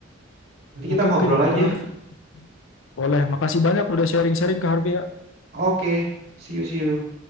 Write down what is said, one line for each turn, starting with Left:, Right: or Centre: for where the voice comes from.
Right: Nanti kita
Left: Oke
Right: ngobrol
Left: oke
Right: lagi
Left: Kak Harvey.
Right: ya.
Left: Boleh, makasih banyak udah sharing-sharing Kak Harvey ya.
Right: Oke, see you, see you.